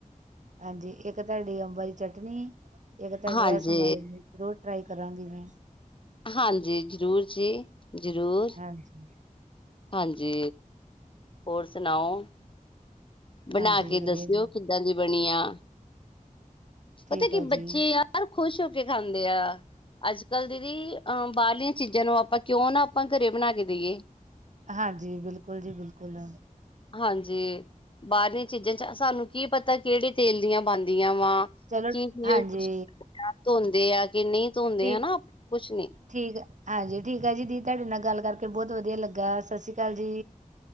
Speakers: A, on the right (about 60°); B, on the left (about 40°).
A: ਹਾਂਜੀ, ਇੱਕ ਤੁਹਾਡੀ ਅੰਬਾਂ ਦੀ ਚਟਨੀ ਇੱਕ ਤੁਹਾਡੇ
B: ਹਾਂਜੀ
A: ਆ ਸਮਾਈਲੀ ਜ਼ਰੂਰੀ ਟਰਾਈ ਕਰਾਂਗੀ ਮੈਂ।
B: ਹਾਂਜੀ, ਜ਼ਰੂਰ ਜੀ ਜ਼ਰੂਰ।
A: ਹਾਂਜੀ
B: ਹਾਂਜੀ ਹੋਰ ਸੁਣਾਓ? ਬਣਾ
A: ਹਾਂਜੀ
B: ਕੇ
A: ਵਧੀਆ
B: ਦੱਸਿਓ
A: ਜੀ
B: ਕਿੱਦਾਂ ਦੀ ਬਣੀ ਆ
A: ਠੀਕ
B: ਪਤਾ ਕੀ
A: ਆ
B: ਬੱਚੇ
A: ਜੀ
B: ਆ ਆ ਖੁਸ਼ ਹੋ ਕੇ ਖਾਂਦੇ ਆ ਅੱਜ ਕੱਲ੍ਹ ਦੀਦੀ ਅਹ ਬਾਹਰਲੀਆਂ ਚੀਜ਼ਾਂ ਨੂੰ ਆਪਾਂ ਕਿਉਂ ਨਾ ਆਪਾਂ ਘਰੇ ਬਣਾ ਕੇ ਦੇਈਏ।
A: ਹਾਂਜੀ, ਬਿਲਕੁਲ ਜੀ ਬਿਲਕੁਲ।
B: ਹਾਂਜੀ, ਬਾਹਰਲੀਆਂ ਚੀਜ਼ਾਂ ਚ ਸਾਨੂੰ ਕੀ ਪਤਾ ਕਿਹੜੇ ਤੇਲ ਦੀਆਂ ਬਣਦੀਆਂ ਵਾ।
A: ਚਲੋ
B: <unintelligible>
A: ਹਾਂਜੀ
B: ਧੋਂਦੇ ਆ ਕਿ ਨਹੀਂ ਧੋਂਦੇ
A: ਠੀਕ
B: ਹਨਾ ਆਪ ਕੁਛ ਨੀ
A: ਠੀਕ ਆ ਹਾਂਜੀ, ਠੀਕ ਆ ਜੀ ਦੀ ਤੁਹਾਡੇ ਨਾਲ਼ ਗੱਲ ਕਰਕੇ ਬਹੁਤ ਵਧੀਆਂ ਲੱਗਾ ਸਸ੍ਰੀ ਕਾਲ ਜੀ।